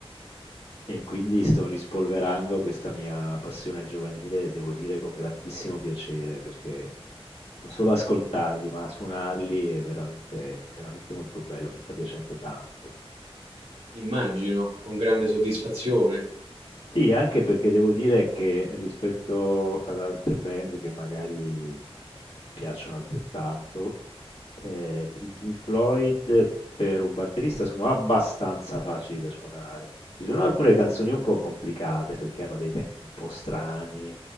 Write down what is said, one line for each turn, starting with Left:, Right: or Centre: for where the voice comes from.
Left: e quindi sto rispolverando questa mia passione giovanile, devo dire con grandissimo piacere, perché non solo ascoltarli, ma suonarli è veramente, veramente molto bello, mi sta piacendo tanto.
Right: Immagino, con grande soddisfazione,
Left: Sì, anche perché devo dire che rispetto ad altre band che magari mi piacciono altrettanto, eh, i Pink Floyd per un batterista sono abbastanza facili da suonare. Ci sono alcune canzoni un po' complicate perché hanno dei tempi un po' strani,